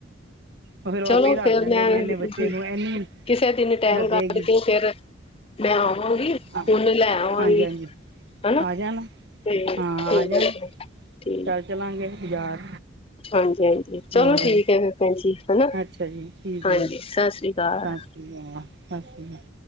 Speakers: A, on the right; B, on the left.
A: ਉਹ ਫਿਰ ਉਹ
B: ਚਲੋ
A: ਆਪੇ ਹੀ ਦੱਸ
B: ਫੇਰ
A: ਦਿੰਦੇ
B: ਮੈਂ,
A: ਨੇ ਇੰਨੇ ਬੱਚੇ ਨੂੰ ਇੰਨੀ
B: ਕਿਸੇ ਦਿਨ ਟਾਈਮ
A: ਲੱਗੇਗੀ
B: ਕੱਢ ਕੇ ਫੇਰ ਮੈਂ ਆਵਾਂਗੀ,
A: ਹਾਂ
B: ਉਂਨ ਲੈ ਆਵਾਂਗੀ।
A: ਹਾਂਜੀ ਹਾਂਜੀ
B: ਹਨਾ,
A: ਆ ਜਾਣਾ
B: ਠੀਕ,
A: ਹਾਂ
B: ਠੀਕ,
A: ਆ ਜਾਣਾ
B: ਠੀਕ।
A: ਚੱਲ ਚੱਲਾਂਗੇ ਬਾਜ਼ਾਰ।
B: ਹਾਂਜੀ-ਹਾਂਜੀ ਚਲੋ
A: ਹੋਰ
B: ਠੀਕ ਹੈ ਫਿਰ ਭੈਣ ਜੀ ਹਨਾ,
A: ਅੱਛਾ ਜੀ ਠੀਕ
B: ਹਾਂਜੀ
A: ਹੈ
B: ਸਤਿ ਸ੍ਰੀ ਅਕਾਲ
A: ਸਤਿ ਸ਼੍ਰੀ ਅਕਾਲ, ਸਤਿ ਸ਼੍ਰੀ ਅਕਾਲ।